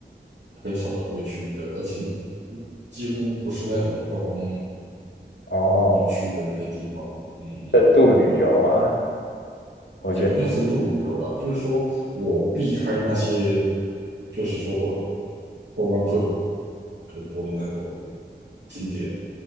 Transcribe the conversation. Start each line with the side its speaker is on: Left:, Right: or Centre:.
Right: 很少人会去的，而且几乎不是那种观光
Left: 哦，
Right: 观光区的那些地方。嗯嗯嗯。
Left: 深度旅游啊，我觉得
Right: 也不算深度旅游啦，就是说我避开那些，就是说观光客很多的那种景点，